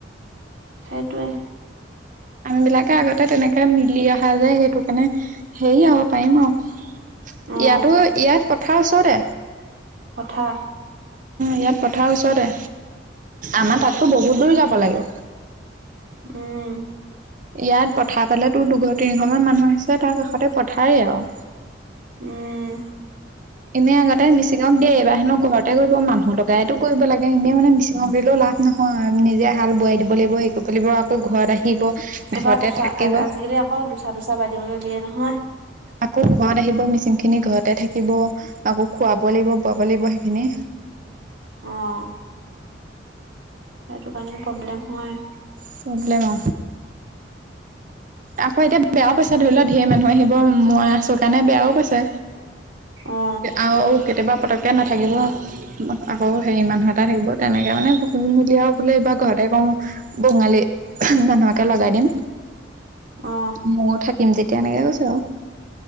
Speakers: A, on the right; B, on the right.
A: সেইটোৱে।
B: আম বিলাকে আগতে তেনেকে মিলি অহা যায় সেইটো কাৰণে। সেই আও পাৰিম আও ইয়াতো
A: অ
B: ইয়াত পথাৰ ওচৰতে।
A: কথা
B: ইয়াত পথাৰৰ ওচৰতে আমাৰ
A: অ
B: তাততো বহুত দূৰ যাব লাগে।
A: উম।
B: ইয়াত পঠাৰ পালে তো দুশ তিনিশ মান মানুহ আহিছে তাৰ কাষতে পথাৰেই আও।
A: উম।
B: এনেই আগতে মিচিঙও দিয়ে, এইবাহেনক ঘৰতে কৰিব মানুহ লগাইোটো কৰিব লাগে এনেই মানে মিচিঙক গলেও লাভ নহয় নিজে হাল বোৱাই দিব লাগিব শিকিব লাগিব আকৌ ঘৰত আহিব।
A: এইবাৰ
B: ঘৰতে
A: দুচা
B: থাকিব, অ'।
A: আজিকালি আকৌ দুচা দুচা বাজিবলৈ দিয়ে নহয়
B: আকৌ ঘৰত আহিব মিচিং খিনি ঘত তাতে থাকিব আকৌ খুৱাব লাগিব বোৱাব লাগিব সেইখিনি
A: অহ। সেইটো কাৰণে প্ৰব্লেম হয়।
B: প্ৰব্লেম অ। আকৌ এতিয়া বেয়াও পাইছে ধৰি লও ঢেৰ মানুহে আহিব মই আছো কাৰণে বেয়াও পাইছে।
A: অ
B: আৰু কেতিয়াবা পতক তে নাথাকিব আকৌ হেৰি মানুহ এটা থাকিব তেনেকৈ মানে পমূলীয়াও বোলে এইবাৰ ঘৰতে কওঁ বঙালী মানুহকে লগাই দিম
A: অ
B: ময়ো থাকিম তেত তিয়া এনেকে কৈছে আও।